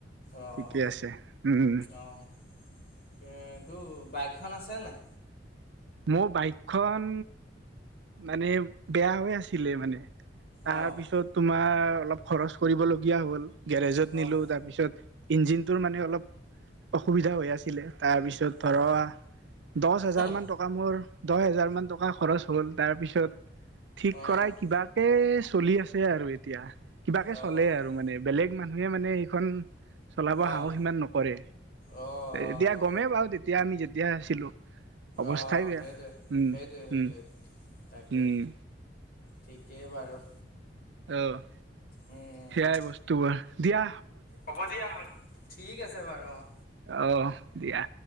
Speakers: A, on the left; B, on the right.
A: অ',
B: ঠিকে আছে উম উম
A: অ', এ তটো বাইকখন আছে নে নাই
B: মোৰ বাইকখন মানে বেয়া হৈ আছিলে মানে তাৰ
A: অ',
B: পিছত তোমাৰ অলপ খৰচ কৰিবলগীয়া হ'ল গেৰেজত নিলো
A: অ',
B: তাৰ পিছত ইঞ্জিনটোৰ মানে অলপ অসুবিধা হৈ আছিলে তাৰপিছত ধৰা
A: অ',
B: দহ হাজাৰ
A: অ',
B: মান টকা দহ হোজাৰ মান টকা খৰচ হ'ল তাৰ পিছত ঠিক
A: অ',
B: কৰাই কিবাকে চলি আছে আৰু এতিয়া কিবাকে
A: অ',
B: চলে আৰু মানে বেলেগ মানুহে মানে এইখন চলাব
A: অ',
B: সাহস সিমান নকৰে
A: অ',
B: এতিয়া গমেই পাও তেতিয়া আমি যে দিয়া আছিলো। অৱস্থাই
A: অ'!
B: বেয়া
A: সেইটোৱ,
B: উম
A: সেইটোৱে, সেইটোৱে,
B: উম
A: তাকে।
B: উম
A: ঠিকেই বাৰু।
B: অ'!
A: উম।
B: সেইয়াই বস্তুবোৰ। দিয়া!
A: হ'ব দিয়া, ঠিক আছে বাৰু অ'!
B: অ'! দিয়া।